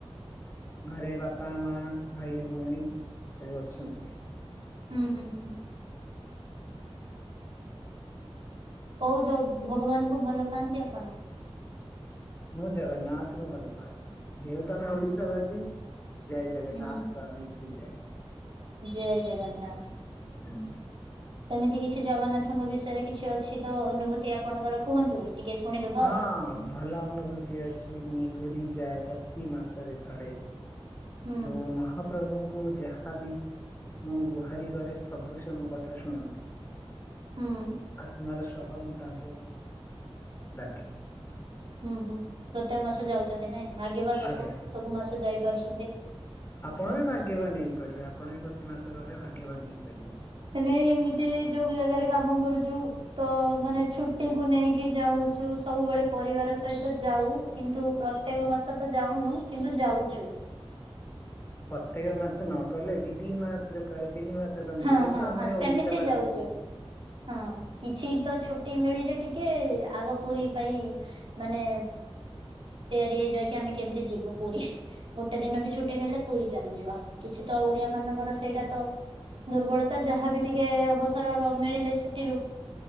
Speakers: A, on the left; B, on the right.
A: ଘରେ ବାପା ମା ଭାଇ ଭଉଣୀ ସବୁ ଅଛନ୍ତି।
B: ହୁଁ ହୁଁ ହୁଁ କୋଉ ଜୋ ଭଗବାନ ଙ୍କୁ ଭଲ ପାଆନ୍ତି ଆପଣ?
A: ମୁଁ ଜଗନ୍ନାଥ ଙ୍କୁ ଭଲପାଏ ଯେହେତୁ ଆମେ ଓଡିଶା ବାସି ଜୟ ଜଗନ୍ନାଥ
B: ହୁଁ
A: ସ୍ୱାମୀ କି ଜୟେ।
B: ଜୟ ଜଗନ୍ନାଥ
A: ହୁଁ
B: ସେମିତି କିଛି ଜଗନ୍ନାଥଙ୍କ ବିଷୟରେ କିଛି ଅଛି ତ ଅନୁଭୂତି ଆପଣଙ୍କର କୁହନ୍ତୁ। ଟିକେ ଶୁଣିଦ
A: ହଁ ଭଲ ଅନୁଭୂତି ଅଛି ମୁଁ ପୁରୀ ଯାଏ ପ୍ରତି ମାସରେ ଥରେ।
B: ହୁଁ
A: ମୁଁ ମ ମହାପ୍ରଭୁଙ୍କୁ ଯାହାବି ମୁଁ ଗୁହାରି କରେ ସବୁ ସେ ମୋ କଥା ଶୁଣନ୍ତି।
B: ହୁଁ
A: ଆତ୍ମାର ସହ ମୁଁ ତାଙ୍କୁ ଡାକେ।
B: ହୁଁ ହୁଁ ପ୍ରତ୍ୟେକ ମାସ ଯାଉଛନ୍ତି ନାଇଁ, ଭାଗ୍ୟବାନ ଲୋକ
A: ଆଜ୍ଞା।
B: ସବୁ ମାସ ଯାଇପାରୁଛନ୍ତି।
A: ଆପଣ ବି ଭାଗ୍ୟବାନ ହେଇପାରିବେ ଆପଣ ବି ପ୍ରତି ମାସ ଗଲେ ଭାଗ୍ୟବାନ ହେଇପାରିବେ।
B: ନାଇ ଏମିତି ଯୋଉ ଜାଗାରେ କାମ କରୁଛୁ ତ ମାନେ ଛୁଟିକୁୁ ନେଇକି ଯାଉଛୁ ସବୁବେଳେ ପରିବାର ସହିତ ଯାଉ। କିନ୍ତୁ ପ୍ରତ୍ୟେକ ମାସ ତ ଯାଉନୁ କିନ୍ତୁ ଯାଉଛୁ।
A: ପ୍ରତ୍ୟେକ ମାସ ନଗଲେ ବି ଦି ମାସରେ କରେ ତିନି ମାସରେ କ
B: ହଁ
A: ଯେହେତୁ
B: ହଁ
A: ଆମେ
B: ହଁ ସେମିତି
A: ଓଡିଶା ବାସୀ
B: ଯାଉଛୁ ହଁ କିଛି ତ ଛୋ ଟିମିଳି ରେ ଟିକେ ଆଗ ପୁରୀ ପାଇଁ ମାନେ ତିଆରି ହେଇଯାଇକି ଆମେ କେମିତି ଯିବୁ ପୁରୀ? ଗୋଟେ ଦିନ ବି ଛୁଟି ନେଲେ ପୁରୀ ଚାଲ୍ ଯିବା। କିଛି ତ ଓଡିଆ ମାନଙ୍କର ସେଇଟା ତ ଦୁର୍ବଳତା ଯାହାବି ଟିକେ ଅବ ଏଥର ର ମିଳିଲେ ଛୁଟିରୁ